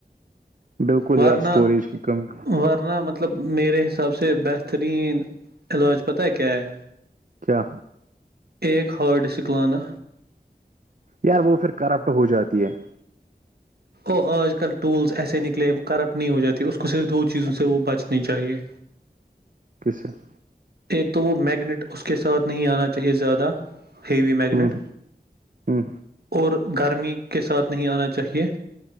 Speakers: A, on the right; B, on the right.
A: بالکل
B: ورنہ
A: یار اسٹوریج کی کمی
B: ورنہ مطلب مطلب میرے حساب سے بہترین علاج پتہ ہے کیا ہے
A: کیا
B: ایک ہارڈ ڈسک لانا
A: یار وہ پھر کرپٹ ہو جاتی ہے
B: ا آج کل ٹولس ایسے نکلے وہ کرپٹ نہیں ہو جاتی اس کو صرف دو چیزوں سے وہ بچنی چاہیے
A: کیسے <inaudible>
B: ایک تو وہ میگنیٹ اس کے ساتھ نہیں آنا چاہیے زیادہ ہیوی میگنیٹ
A: ہ ہ
B: اور گرمی کے ساتھ نہیں آنا چاہیے